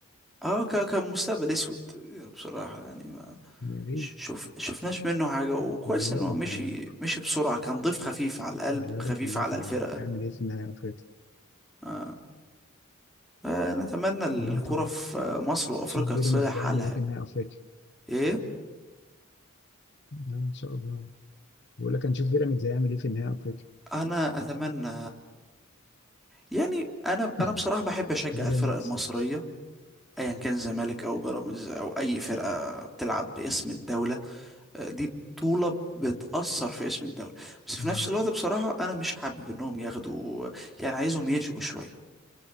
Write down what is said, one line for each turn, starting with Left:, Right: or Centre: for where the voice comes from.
Centre: اه ك- كان مستقبل اسود بصراحة يعني ما
Left: يعني ليه
Centre: ش- شوف شفناش منه حاجة وكويس
Left: الرياضة
Centre: ان هو مشي
Left: كلها
Centre: مشي بسرعة كان ضيف خفيف على القلب
Left: الرياضة
Centre: خفيف
Left: كلها
Centre: على
Left: تعبانة
Centre: الفرقة
Left: تعمل ايه في نهاية أفريقيا
Centre: آه. آه، أنا أتمنى ال-
Left: اه
Centre: الكرة
Left: طب
Centre: في آه، مصر وأفريقيا
Left: نشوف بيراميدز
Centre: تصلح
Left: ده
Centre: حالها
Left: هيعمل ايه في نهائي افريقيا
Centre: إيه
Left: لا ان شاء الله بقول لك هنشوف بيراميدز هيعمل ايه في نهائي افريقيا
Centre: أنا أتمنى يعني أنا
Left: <clears throat>
Centre: أنا بصراحة بحب أشجع
Left: بيراميدز
Centre: الفرق المصرية أيا كان زمالك أو بيراميدز أو أي فرقة بتلعب باسم الدولة آه، دي بطولة بتأثر في اسم الدولة بس في
Left: مم.
Centre: نفس الوقت بصراحة أنا مش حابب إنهم ياخدوا يعني عايزهم يشقوا شوية